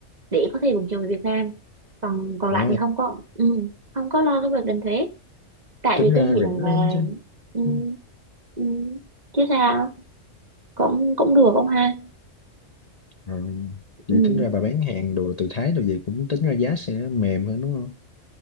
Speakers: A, on the right; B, on the left.
A: để có thể vận chuyển về Việt Nam còn còn
B: ờ
A: lại thì không có ừ, không có lo cái việc đánh thuế tại
B: tính
A: vì
B: ra
A: tôi nghĩ
B: rẻ
A: rằng
B: lắm
A: là
B: chứ
A: ừ,
B: ừ.
A: ừ, chứ sao cũng cũng được ông ha
B: à,
A: ừ.
B: vậy tính ra bà bán hàng đồ từ Thái đồ gì cũng tính ra giá sẽ mềm hơn đúng không